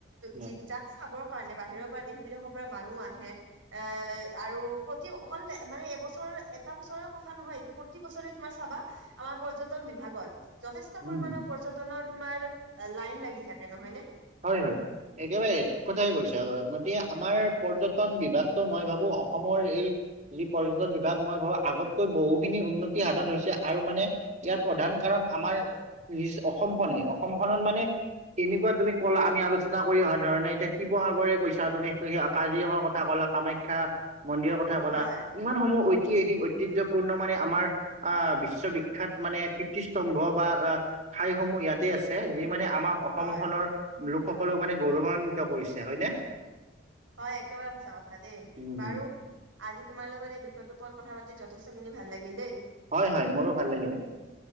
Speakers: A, on the right; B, on the right.
A: উম
B: যি
A: হয়
B: যাক চাবৰ কাৰণে বাহিৰৰ পৰা দেশ - বিদেশৰ পৰা মানুহ আহে। এ আৰু প্ৰতি অকল মানে এবছৰৰ এটা বছৰৰ কথা নহয় এইটো প্ৰতি বছৰে তোমাৰ চাবা আমাৰ পৰ্যটন বিভাগত যথেচ ট
A: উম
B: পৰিমাণৰ পৰ্যটনৰ তোমাৰ লাইন লাগি থাকে নহয় নে?
A: হয় হয়। একেবাৰে ঠিক কথাই কৈছে গতিকে আমাৰ পৰ্যটন বিভাগটো মই ভাবো অসমৰ এই যি পৰ্যটন বিভাগ মই ভাবো আগতকৈ বহুখিনি উন্নতি সাধন হৈছে আৰু মানে ইয়াৰ প্ৰধান কাৰণ আমাৰ নিজ অসমখনেই, অসমখনত মানে তেনেকুৱা তুমি কলা আমি আলচনা অহা ধৰণে এতিয়া শিৱসাগৰে কৈছা তুমি সেই কাজিৰঙাৰ কথা ক'লা, কামাখ্যা মন্দিৰৰ কথা কলা,
B: হয়,
A: ইমানসমূহ ঐতিহাসিক ঐতিহ্যপূৰ্ণ মানে আমাৰ আ বিশ্ববিখ্যাত মানে কীৰ্ত্তিস্তম্ভ বা আ ঠাইসমূহ ইয়াতে আছে যি মানে আমাৰ অসম
B: হয়,
A: খনৰ লোকসকলক মানে গৌৰৱান্বিত কৰিছে হয়নে?
B: হয় একেবাৰে সঁচা কথা দেই
A: উম, হুম।
B: বাৰু। আজি তোমাৰ লগৰ এই বিষয়টোৰ ওপৰত কথা পাতি যথেষ্টখিনি ভাল লাগিল দেই।
A: হয় হয় মোৰো ভাল লাগিলে।